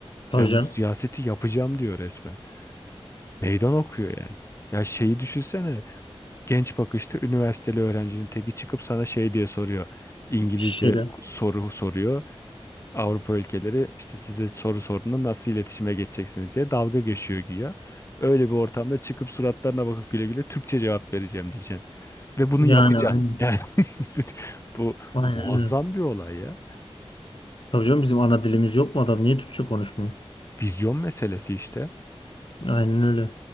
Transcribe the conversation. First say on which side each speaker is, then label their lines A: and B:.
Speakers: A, on the left; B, on the left.
A: Tabii
B: ben
A: canım.
B: bu siyaseti yapacağım diyor resmen. Meydan okuyor yani. Ya şeyi düşünsene. Genç bakışta üniversiteli öğrencinin teki çıkıp sana şey diye soruyor. İngilizce
A: Şeyle.
B: soru soruyor. Avrupa ülkeleri işte size soru sorduğunda nasıl iletişime geçeceksiniz diye dalga geçiyor güya. Öyle bir ortamda çıkıp suratlarına bakıp güle güle Türkçe cevap vereceğim diyeceksin. Ve bunu
A: Yani
B: yapacaksın.
A: aynen.
B: Yani <laughs> bu
A: Aynen
B: muazzam
A: öyle.
B: bir olay ya.
A: Tabii canım bizim ana dilimiz yok mu adam? Niye Türkçe konuşmuyor?
B: Vizyon meselesi işte.
A: Aynen öyle.